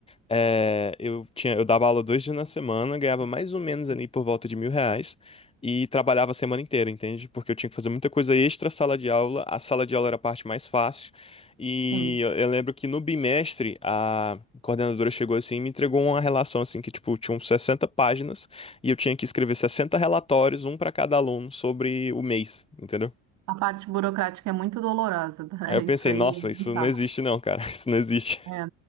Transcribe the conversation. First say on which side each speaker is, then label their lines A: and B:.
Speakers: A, on the left; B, on the right.
A: É, eu tinha, eu dava aula dois dias na semana, ganhava mais ou menos ali por volta de mil reais e trabalhava a semana inteira, entende? Porque eu tinha que fazer muita coisa extra sala de aula. A sala de aula era a parte mais fácil. E
B: Sim,
A: eu, eu lembro que no bimestre a coordenadora chegou assim e me entregou uma relação assim que tipo tinha uns 60 páginas e eu tinha que escrever 60 relatórios, um para cada aluno sobre o mês, entendeu?
B: a parte burocrática é muito dolorosa, <laughs> tá?
A: Aí eu
B: Isso
A: pensei,
B: aí
A: nossa,
B: é muito
A: isso
B: chato.
A: não existe não, cara, <laughs> isso não existe.
B: É,